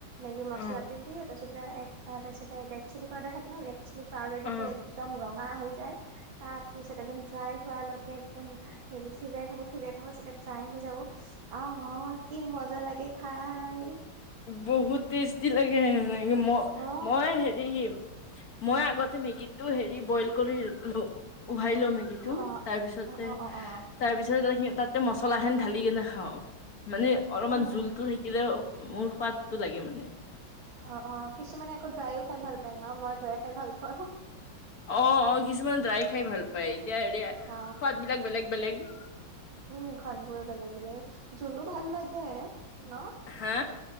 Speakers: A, on the right; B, on the left.
A: মেগি মছলা
B: অ
A: দিওঁ তাৰপিছতে, তাৰিছতে ৰেড চিলি পাউডাৰ থাকে, ন ৰেড চিলি পাউদাৰ
B: অ
A: দি দিওঁ একদম ৰং হৈ যায়, তাৰ পিছত একদম ড্ৰাই হোৱালৈকে একদম হেৰি সিজাই থাকো, সিজাই থাকো, যেতিয়া ড্রাই হৈ যাব, অ, অ, কি মজা লাগে খাই
B: বহুত টেষ্টি লাগে আহ
A: অ
B: মই হেৰি, মই আগতে মেগী টো হেৰি বইল কৰি, ল উহাই ল' মেকি
A: অ অ
B: তাৰ পিছতে,
A: অ অ অ অ
B: তাৰ পিছত, তাতে মছলা খন ঢালি কিনে খাওঁ মানে, অলপমান
A: উম
B: জোলতটো থাকিলে, মোৰ সোৱাদতটো লাগে মানে
A: অ, অ, কিছুমানে আকৌ, ড্ৰাইও খাই ভাল পায়, ন মই ড্ৰাই খাই ভাল পাও
B: অ', অ', কিছুমান ড্ৰাই খাই ভাল পায়, এতিয়া হেৰি
A: অ
B: সোৱাদ বিলাক বেলেগ বেলেগ
A: উম, খান বোৰ বেলেগ, বেলেগ, জুলো ভাল লাগে ন
B: হা